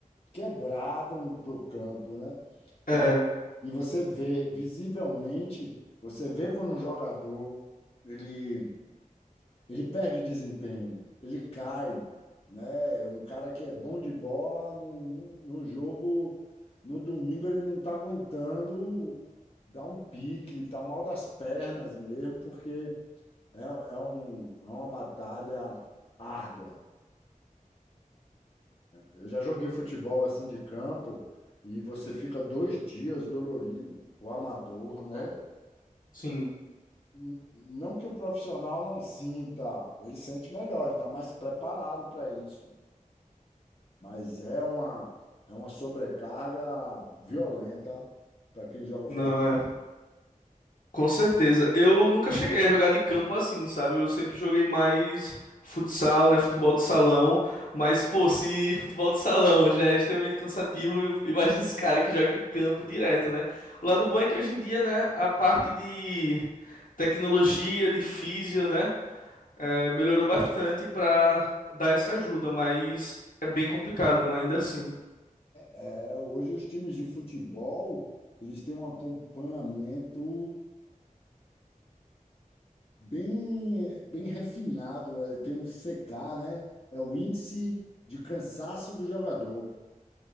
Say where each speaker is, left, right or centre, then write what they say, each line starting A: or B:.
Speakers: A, on the left; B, on the left.
A: quebrados pro campo, né?
B: É,
A: E, vo- e você vê, visivelmente, você vê quando um jogador ele Ele perde desempenho, ele cai, né? É Um cara que é bom de bola no, no, no jogo, no domingo ele não está aguentando dar um pique, está mal das pernas mesmo, porque é, é, um, é uma batalha árdua. Eu já joguei futebol assim de campo e você fica dois dias dolorido, o amador, né?
B: sim.
A: N- Não que o profissional não sinta, ele sente melhor, ele está mais preparado para isso. Mas é uma, é uma sobrecarga violenta para quem joga
B: Não
A: futebol.
B: é. Com certeza. Eu nunca cheguei a jogar de campo assim, sabe? Eu sempre joguei mais futsal, né? Futebol de salão. Mas, pô, se futebol de salão já é extremamente cansativo, eu- <laughs> imagina os caras que jogam em campo direto, né? O lado bom é que hoje em dia, né, a parte de tecnologia, de físio, né? É, melhorou bastante pra dar essa ajuda, mas é bem complicado, mas ainda assim.
A: É, hoje os times de futebol, eles têm um acompanhamento bem, bem refinado, é, tem um CK, né? É o índice de cansaço do jogador.